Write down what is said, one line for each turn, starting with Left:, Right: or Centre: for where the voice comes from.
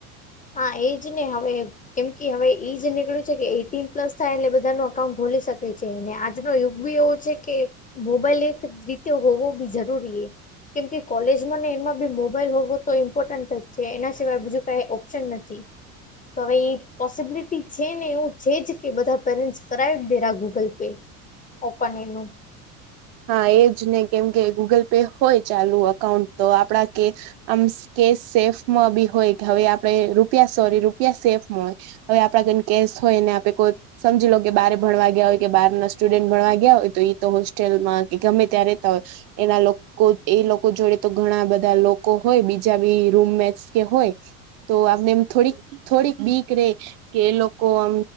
Left: હા એજ ને હવે. કેમ કે હવે ઈ જ નીકળ્યું છે કે એટીન પ્લસ થાય એટલે બધાનું અકાઉન્ટ ખોલી શકે છે અને આજનો યુગ બી એવો છે કે મોબાઈલ એક રીતે હોવો બી જરૂરી કેમ કે કોલેજમાં ને એમાં બી મોબાઈલ હોવો તો ઈમ્પોર્ટન્ટ જ છે એના સિવાય બીજું કાઈ ઓ શન નથી. તો હવે એ પોસિબિલિટી છે ને એવું છે જ કે બધાં પેરેન્ટસ કરાય જ દે આ ગૂગલ પે. તો પણ એનું
Right: હા એજ ને કેમ કે ગૂગલ પે હોય ચાલુ અકાઉન્ટ તો આપડા કે આમ સે કેશ સેફમાં બી હોય કે હવે આપડે રૂપિયા સોરી રૂપિયા સેફમાં હોય. હવે આપણા કને કેસ હોય ને આપે કોઈ સમજી લો કે બારે ભણવા ગયા હોય કે બારના સ્ટુડન્ટ ભણવા ગયા હોય તો ઈ તો હોસ્ હોલમાં કે ગમે ત્યાં રહેતાં હોય એના લો કો ઈ લોકો જોડે તો ઘણાં બધાં લોકો હોય બીજા બી રૂમમેટ્સ કે હોય. તો આમને એમ થોડીક થોડીક બીક રેય. કે ઈ લોકો આમ